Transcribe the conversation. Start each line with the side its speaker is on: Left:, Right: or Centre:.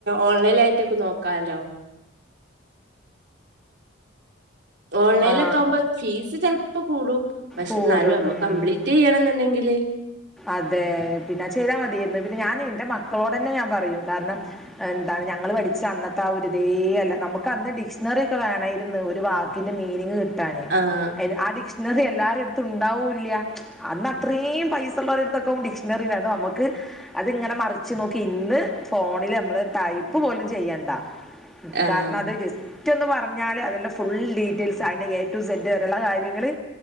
Right: ഓൺലൈല് ആയിട്ടൊക്കെ നോക്കാലോ ഓൺലൈല്
Centre: ആ
Right: ഒക്ക ആവുമ്പോ ഫീസ് ചെൽപ്പ കൂടും പക്ഷെ
Centre: കൂടും
Right: ന്നാലും നമ്മക്ക്
Centre: ഉം
Right: കംപ്ലീ റ്റ് ചെയ്യണന്ന്ണ്ടെങ്കില്
Centre: അതെ പിന്നെ ചെയ്താ മതിയെര്ന്നു പിന്നെ ഞാന് ഇൻ്റെ മക്കളോടന്നെ ഞാൻ പറയും കാര്ണം എന്താണ് ഞങ്ങള് പഠിച്ച അന്നത്തെ ആ ഒരു ഇതേ അല്ല നമുക്ക് അന്ന് ഡിക്ഷണറി ഒക്കെ വേണായിരുന്നു ഒരു വാ ക്കിൻ്റെ മീനിങ് കി ട്ടാന്
Right: ആഹ്
Centre: ആ ഡിക്ഷണറി എല്ലാരെട്‌ത്തു ഇണ്ടാവുല്ല്യ അന്ന് അത്രേം പൈ സ ഇള്ളോരെട്‌ത്തൊക്കെ ആവും ഡിക്ഷണറി ഇണ്ടാവ അത് നമ്മക്ക് അത് ഇങ്ങനെ മറിച്ച് നോക്കി ഇന്ന് ഫോണില് നമ്മള് ടൈപ്പ് പോലും ചെയ്യണ്ട
Right: ആഹ്
Centre: കാര്ണ അത് ജസ് റ്റൊന്ന് പർഞ്ഞാല് അതിൻ്റെ ഫുൾ ഡീറ്റെയിൽസ് അയിൻ്റെ എ ടു <unintelligible> വരെള്ള കാര്യങ്ങള്